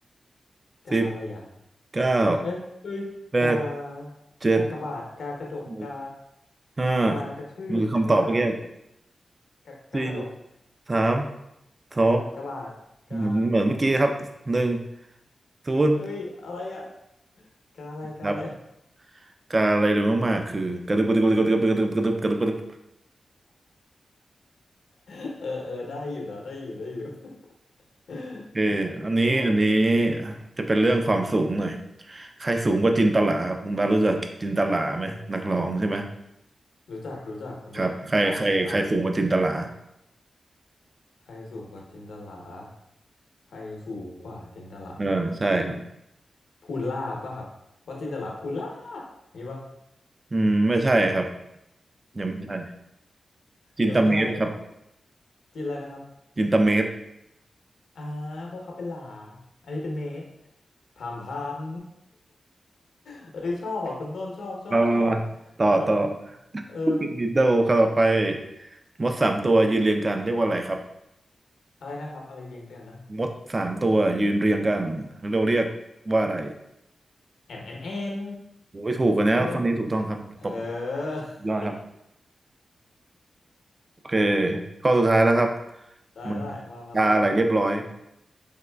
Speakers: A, on the left; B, on the right.
A: กาอะไรอ่ะ
B: สิบเก้า
A: กาเอ้ยเอ้ยกา
B: แปดเจ็ด
A: กากระบาดกากระดกกา
B: หกห้า
A: กากระทืบกา
B: มันคือคำตอบเมื่อกี้
A: กากากระดก
B: สี่สามสอง
A: กากระบาดกา
B: เหมือนเหมือนเมื่อกี้ครับหนึ่งศูนย์
A: เอ้ยอะไรอ่ะกาอะไรกาอะไร
B: ครับการอะไรเร็วมากๆคือกระดึบกระดึบกระดึบกระดึบกระดึบกระดึบกระดึบ
A: <laughs> เออเออได้อยู่นะได้อยู่ได้อยู่ <laughs>
B: เอออันนี้อันนี้จะเป็นเรื่องความสูงหน่อย ใครสูงกว่าจินตลาครับคุณบาสรู้จักจินตลาไหมนักร้องใช่ไหม
A: รู้จักรู้จักคุณต้นดังดัง
B: ครับใครใครใครสูงกว่าจินตลา
A: ใครสูงกว่าจินตลาใครสูงกว่าจินตลา
B: เออใช่ครับ
A: พูนลาบป่ะครับเพราะจินตลาพูนลาบอย่างงี้ป่ะ
B: อืมไม่ใช่ครับยังไม่ใช่จินตเมตรครับ
A: ยังไม่ใช่อีกเหรอจินอะไรนะครับ
B: จินตเมตร
A: อ่าเพราะเขาเป็นหลาอันนี้เป็นเมตรพามพาม <laughs> เอ้ยชอบอ่ะคุณต้นชอบชอบชอบ
B: มามามาต่อต่อ
A: แบบ
B: <laughs>
A: เออ
B: ดินโดครับต่อไปมดสามตัวยืนเรียงกันเรียกว่าอะไรครับ
A: อะไรนะครับอะไรเรียงกันนะ
B: มดสามตัวยืนเรียงกันเราเรียกว่าอะไร
A: แอนแอนแอน
B: โอ้ยถูกกันนะข้อนี้ถูกต้องครับตบ
A: ใช่ไหม เออ <laughs>
B: ยอดครับ โอเค
A: เออ
B: ข้อสุดท้ายแล้วครับ
A: ได้ได้มามาเลยมาเลย
B: มันปลาอะไรเรียบร้อย